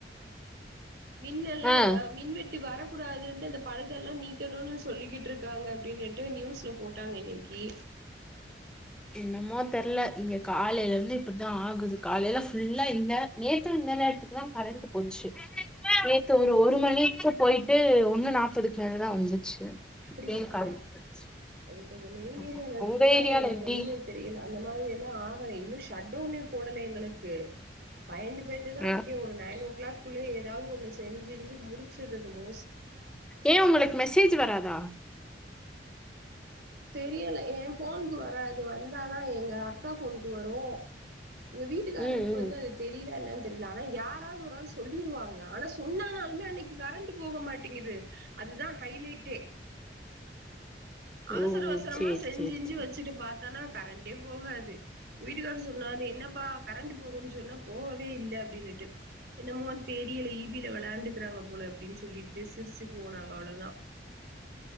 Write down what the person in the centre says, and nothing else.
ஆ
என்னமோ தெர்ல இங்க காலையில இருந்து இப்படித்தான் ஆகுது காலையில புல்லா இல்ல நேத்து இந்த நேரத்துக்கு தான் கரண்ட் போச்சு நேற்று ஒரு ஒரு மணிக்கு போயிட்டு ஒண்ணு நாற்பதுக்கு மேலதா வந்துச்சு
அப்பயு கரண்ட் போச்சு
ஆமா
உங்க ஏரியால
எப்டி
ம்,
ஏ உங்களுக்கு மெசேஜ் வராதா
ம் ம்
ஓ
சேரி
சேரி சேரி